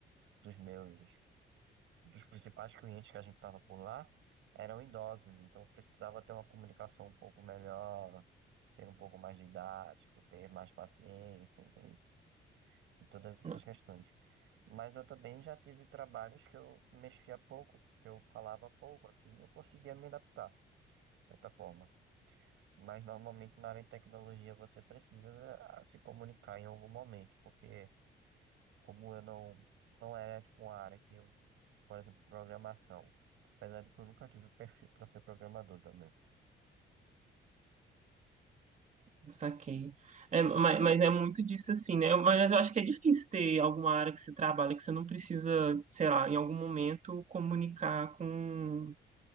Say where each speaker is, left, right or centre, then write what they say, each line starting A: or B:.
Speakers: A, on the right; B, on the right.
A: dos meus dos principais clientes que a gente estava por lá eram idosos, então precisava ter uma comunicação um pouco melhor, ser um pouco mais didático, ter mais paciência, entende? E todas essas
B: Ah,
A: questões. Mas eu também já tive trabalhos que eu mexia pouco, que eu falava pouco, assim, eu conseguia me adaptar, de certa forma. Mas normalmente na área de tecnologia você precisa eh, se comunicar em algum momento, porque como eu não, não era tipo uma área que eu Por exemplo, programação. Apesar de que eu nunca tive perfil para ser programador também.
B: Saquei. É, mas, mas é muito disso assim, né? Mas eu acho que é difícil ter alguma área que você trabalha que você não precisa, sei lá, em algum momento comunicar com